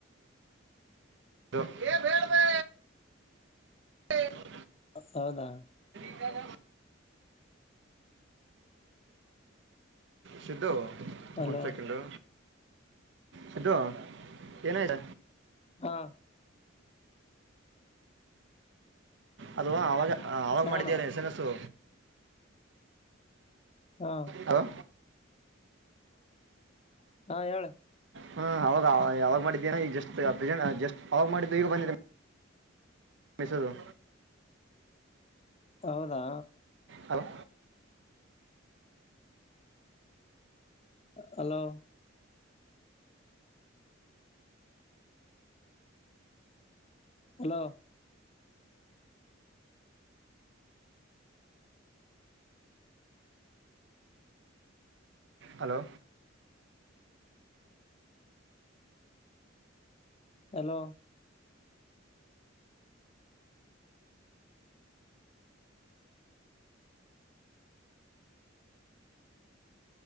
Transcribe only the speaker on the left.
ಹೌದಾ
ಹಲೋ
ಹಾ
ನಾನಾ
ಹಾ
ಹಾ ಹೇಳ.
ಹೌದಾ
ಹಲೋ ಹಲೋ
ಹಲೋ